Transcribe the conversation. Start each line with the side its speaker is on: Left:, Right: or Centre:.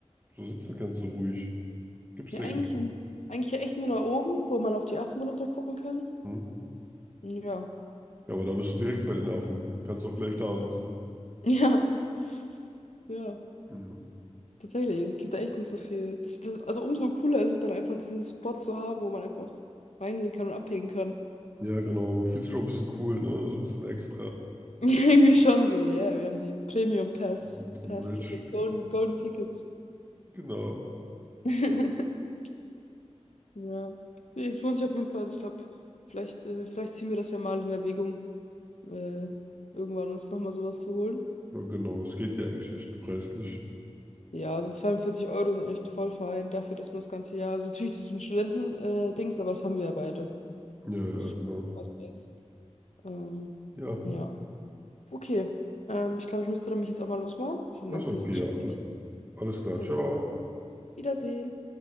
Right: so sitzen kannst, so ruhig. Gibt's
Left: Ja,
Right: ja
Left: eigentlich,
Right: gar nicht.
Left: im- eigentlich ja echt nur da oben, wo man auf die Affen runter gucken kann.
Right: Hm?
Left: Ja.
Right: Ja, aber da bist du direkt bei den Affen. Kannst auch gleich da sitzen.
Left: <laughs> Ja, ja.
Right: Ja,
Left: Tatsächlich, es gibt da echt nicht so viel. Das, das, also umso cooler ist es dann einfach, diesen Spot zu haben, wo man einfach reingehen kann und abhängen kann.
Right: ja genau. Man fühlt sich auch ein bisschen cool, ne? So ein bisschen extra.
Left: <laughs> Irgendwie schon so, yeah. Wir haben die Premium Pass,
Right: Ein bisschen
Left: Pass
Right: Bridge.
Left: Tickets, Golden, Golden Tickets.
Right: Genau.
Left: <laughs> Ja. Nee, es lohnt sich auf jeden Fall. Also ich glaube, vielleicht, äh, vielleicht ziehen wir das ja mal in Erwägung, äh, irgendwann uns nochmal sowas zu holen.
Right: Ja, genau. Es geht ja eigentlich echt preislich.
Left: Ja, also 42 Euro sind echt voll fein dafür, dass man das ganze Jahr. Also natürlich, das ist ein Studenten-Dings, aber das haben wir ja beide.
Right: Ja, ja,
Left: Mit Studentenausweis.
Right: genau.
Left: Ähm,
Right: Ja,
Left: ja. Okay. Ähm, ich glaube, ich müsste dann mich jetzt auch mal losmachen. Vielen
Right: das
Left: Dank
Right: ist okay,
Left: für das Gespräch.
Right: ja. Alles klar.
Left: Äh,
Right: Ciao.
Left: Wiedersehen.